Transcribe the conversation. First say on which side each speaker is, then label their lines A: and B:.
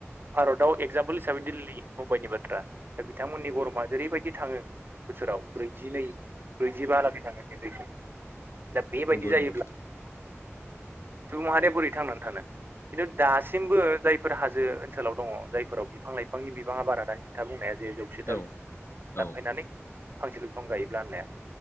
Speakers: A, on the right; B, on the left.
A: भारताव एगजामपोल हिसाबै दिल्ली मुम्बाइनि बाथ्रा दा बिथांमोननि गरमा जेरैबायदि थाङो बोसोराव ब्रैजिनै ब्रैजिबालानि थाङो बेैसन दा बेबायदि
B: नंगौ
A: जायोब्ला
B: नंगौ
A: सुबुं माहारिया बोरै थांनानै थानो खिन्थु दासिमबो जायफोर हाजो ओनसोलाव दङ जायफोराव बिफां लाइफांनि बिबाङा बारा दानि खोथ बुंनाया जे जौ <unintelligible>
B: औ
A: दानफायनानै
B: औ
A: फांसेल' बिफां गायोब्ला होननाया